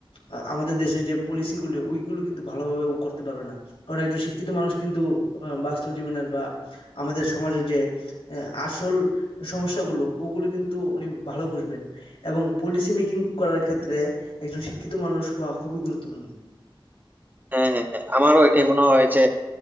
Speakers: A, on the left (about 85°); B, on the right (about 20°).
A: আ- আমাদের দেশের যে পলিসিগুলো ওইগুলো কিন্তু ভালোভাবে ও করতে পারবে না কারণ একজন শিক্ষিত মানুষ কিন্তু আহ, বাস্তব জীবনের বা আমাদের সমাজের যে আহ, আসল সমস্যাগুলো ওগুলো কিন্তু উনি ভালো বুঝবেন এবং পলিসি মেকিং করার ক্ষেত্রে একজন শিক্ষিত মানুষ হওয়া খুবই গুরুত্বপূর্ণ
B: হ্যাঁ হ্যাঁ হ্যাঁ আমারও এটাই মনে হয় যে